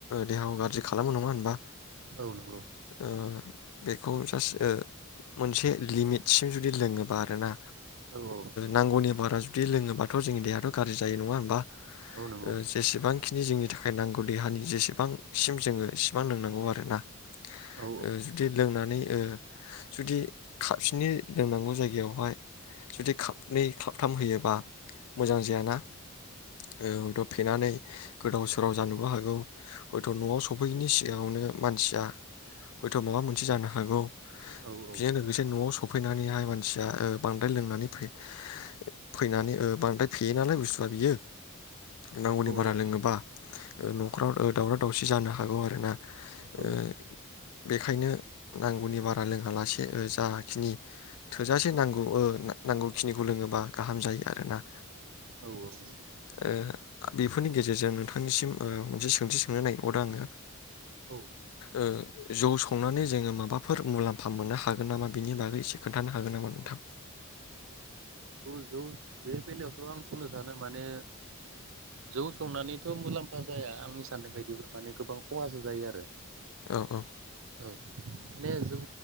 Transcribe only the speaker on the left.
देहाखौ गाज्रि खालामो नङा होनबा
ओ बेखौ जास्ट मोनसे लिमिट से जुदि लोङोबा आरोना
नांगौनि बारा बिदि लोङोबाथ' जोंनि देहाथ' गाज्रि जायो नङा होनबा?
अ जेसेबांखिनि जोंनि थाखाय नांगौ देहानि जेसे बां सिम जोङो इसिबां लोंनांगौ आरोना
ओ जुदि लोंनानै ओ जुदि खाबसेनि लोंनांगौ जायगायावहाय जुदि खाबनै खाबथाम होयोबा मोजां जायाना औ थब- नानै गोदाव सोराव जानोबो हागौ हयथ' न'आव सफैनि सिगाङावनो मानसिया हयथ' माबा मोनसे जानो हागौ
बेजों लोगोसे न'आव सफ फैनानैहाय मानसिया ओ बांद्राय लोंनानै फै-फैनानै ओ बांद्राय फेयो नालाय बुस्थुआ बियो नांगौनि बारा
लोङोबा
न'खराव दावराव दावसि जानो हा हागौ आरो ना
ओ बेखायनो नांगौनि बारा लोंङालासि ओ जाखिनि थोजासे नांगौ ओ ना नांगौखिनिखौ लोङोबा गाहाम जायो आरोना।
ओ बेफोरनि गेजेरजों नोंथांनिसिम अ मोनसे सोंथि सोंनो नागिरबावदो आङो
ओ जौ संनानै जोङो माबाफोर मुलाम्फा मोननो हागोन नामा बिनि बागै एसे खोन्थानो हागोन नामा नोंथां?
औ औ